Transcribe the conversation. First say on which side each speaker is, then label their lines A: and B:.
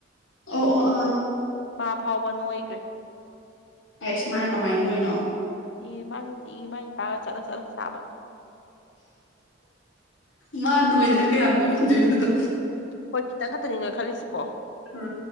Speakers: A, on the left; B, on the left.
A: ꯑꯣ ꯑꯣ ꯑ
B: ꯃꯥ ꯐꯥꯎꯕ ꯅꯣꯏꯈ꯭ꯔꯦ
A: ꯑꯩ ꯏꯁꯃꯅ ꯀꯃꯥꯏꯅ ꯑꯣꯏꯔꯤꯅꯣ
B: ꯑꯦ ꯃꯥ ꯅꯨꯡꯇꯤ ꯃꯥꯒꯤꯄꯥꯒ ꯆꯠꯂ ꯆꯠꯂ ꯆꯥꯕ
A: ꯃꯥꯅꯣꯣꯏꯗꯅ ꯀꯌꯥꯝ ꯉꯔꯝꯗꯣꯏꯅꯣꯗꯣ
B: ꯍꯣꯏ ꯈꯤꯇꯪ ꯈꯛꯇꯅꯤꯅꯦ ꯈꯜꯂꯤꯁꯤꯀꯣ
A: ꯑ